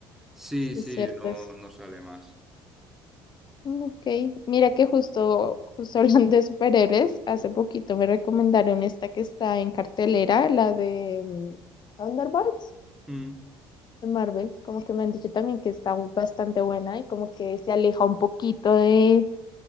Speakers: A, in the centre; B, on the left (about 35°).
A: Sí,
B: Sí,
A: sí,
B: es cierto
A: no,
B: eso.
A: no sale más.
B: Mm, Ok, mira que justo, justo <laughs> hablando de superhéroes, hace poquito me recomendaron esta que está en cartelera, la de mm, Thunderbolts
A: Mm.
B: de Marvel, como que me han dicho también que está bu- bastante buena y como que se aleja un poquito de,